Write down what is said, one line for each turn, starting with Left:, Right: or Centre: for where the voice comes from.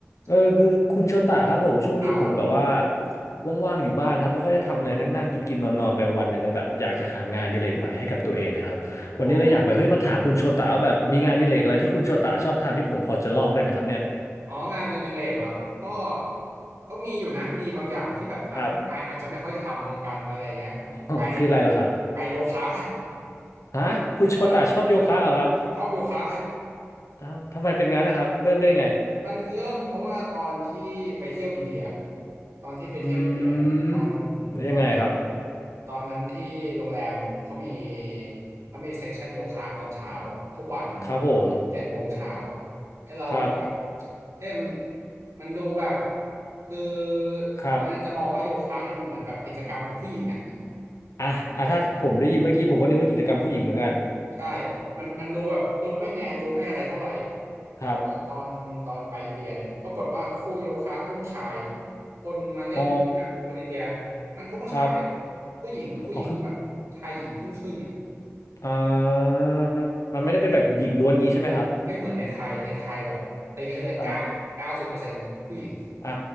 Left: เออคือคุณโชตะครับผมช่วงนี้ผมแบบว่า
Right: อ่ะครับ
Left: ว่างๆอยู่บ้านนะครับไม่ค่อยได้ทำอะไรนั่งๆกินๆนอนๆไปวันเนี่ยเลยแบบอยากจะหางานอดิเรกใหม่ให้กับตัวเองนะครับวันนี้เราอยากแบบเฮ้ยมาถามคุณโชตะว่าแบบมีงานอดิเรกอะไรที่คุณโชตะชอบทำที่ผมพอจะลอกได้ไหมครับเนี่ย
Right: อืมอ๋ออืมอืมอ๋องานอดิเรกเหรอครับก็ก็มีอยู่นะ มีบางอย่างที่แบบอ่ะผู้ชายอาจจะไม่ค่อยทำกันอะไรเงี้ย
Left: ครับ <laughs> อ๋อคืออะไรเหรอครับ
Right: ไปไปโยคะ
Left: ฮะคุณโชตะชอบโยคะเหรอครับ
Right: <laughs> เออชอบโยคะ
Left: อ้าวทำไมเป็นงั้นนะครับเริ่มได้ไง
Right: มันเริ่มเพราะว่าตอนที่ไปเที่ยวอินเดียตอนที่ไปเที่ยวอินเดียเนี่ยตอน
Left: อืม
Right: นั้น
Left: ยังไงครับ
Right: ตอนนั้นที่โรงแรมเขามีเขามีเซ็กชันโยคะตอนเช้าทุกวัน
Left: ครับผม
Right: เจ็ดโมงเช้าไอ้เราก็แบบ
Left: ครับ
Right: เอ๊ะมันมันดูแบบคือ
Left: ครับ
Right: ก่อนหน้านั้นจะมองว่าโยคะเนี่ยมันเหมือนแบบกิจกรรมของผู้หญิงอะ
Left: อ่ะอ่ะถ้าผมได้ยินเมื่อกี้ผมก็นึกว่ากิจกรรมผู้หญิงเหมือนกัน
Right: เออ ใช่มันมันดูแบบดูไม่แมนดูไม่อะไรเท่าไหร่แต่ว่าตอนตอนไปอินเดียเนี่ยปรากฏว่าคู่โยคะก็ผู้ชาย
Left: ครับ
Right: คนมาเล่นที่แบบคนอินเดีย
Left: อ๋อ
Right: มันก็ผู้ชาย
Left: ครับ
Right: ผู้หญิงผู้หญิงก็แบบชายหญิงครึ่งครึ่งอ่ะ
Left: อ๋อคืออ่ามันไม่ได้เป็นแบบหญิงล้วนงี้ใช่ไหมครับ
Right: ไม่เหมือนในไทยในไทยแบบตีให้เลยเก้าเก้าสิบเปอร์เซ็นต์ผู้หญิง
Left: ครับอ่ะ